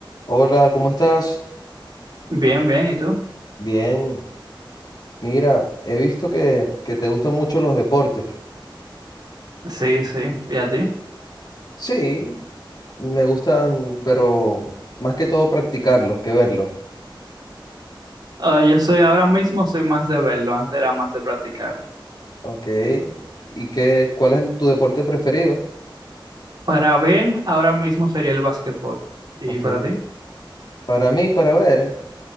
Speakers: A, on the left (about 55°); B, on the right (about 50°).
A: Hola, ¿cómo estás?
B: Bien, bien, ¿y tú?
A: Bien, mira, he visto que, que te gustan mucho los deportes.
B: Sí, sí, ¿y a ti?
A: Sí, me gustan, pero más que todo practicarlos que verlos.
B: Ah, yo soy ahora mismo, soy más de verlo, antes era más de practicarlo.
A: Ok. ¿Y qué, cuál es el- tu deporte preferido?
B: Para ver, ahora mismo sería el básquetbol. ¿Y
A: Ok.
B: para ti?
A: Para mí, para ver,